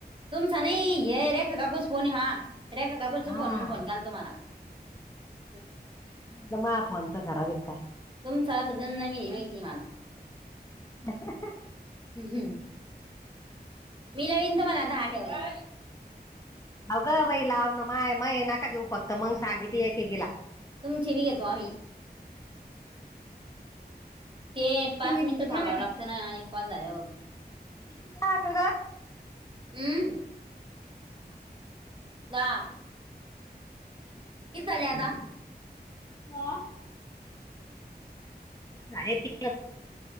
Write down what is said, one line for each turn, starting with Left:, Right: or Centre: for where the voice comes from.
Right: तुमचा नाही हे रेखा काकूच फोन आहे. हा रेखा काकूच्या
Left: हा
Right: फोनवरून फोन केला तुम्हाला ते <inaudible>
Left: नाही मग फोनचा खराब ए काय?
Right: चाल नवीन माहिती मला
Left: <inaudible>
Right: हम्म मी लावीन तुम्हाला आता हा ठेवला
Left: अगं बाई! लाव ना माय मग नाव नका घेऊ फक्त मग सांगिती एकेकीला
Right: तुमची भी घेतो आम्ही ते
Left: किती
Right: पाच मिनिटं थांबावं
Left: दहा
Right: लागत
Left: का
Right: ना आणि कॉल झाल्यावर
Left: किती का ग?
Right: हम्म दा किती झाले आता?
Left: हो साडेतीनशे